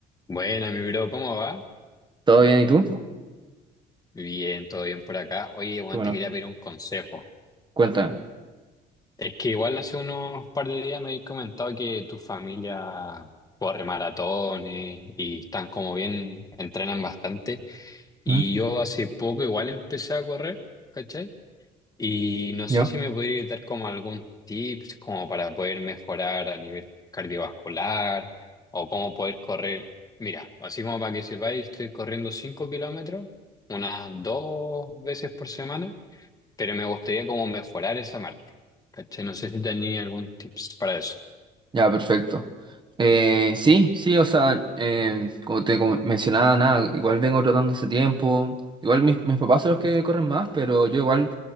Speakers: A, on the left; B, on the right.
A: Bueno, mi bro, ¿cómo va?
B: ¿Todo bien? ¿Y tú?
A: Bien, todo bien por acá. Oye, Juan,
B: Bueno,
A: te quería pedir un consejo.
B: cuéntame.
A: Es que igual hace unos par de días me habéis comentado que tu familia corre maratones y están como bien, entrenan bastante. Y
B: ¿Mm?
A: yo hace poco igual empecé a correr, ¿cachai? Y no
B: ¿Yo?
A: sé si me podría dar como algún tips como para poder mejorar a nivel cardiovascular o cómo poder correr. Mira, así como para que sepáis, estoy corriendo 5 kilómetros unas dos veces por semana, pero me gustaría como mejorar esa marca. ¿Cachai? No sé si tenía algún tips para eso.
B: Ya, perfecto. Eh, sí, sí, o sea, eh, como te como mencionaba, nada, igual vengo tratando hace tiempo. Igual mis, mis papás son los que corren más, pero yo igual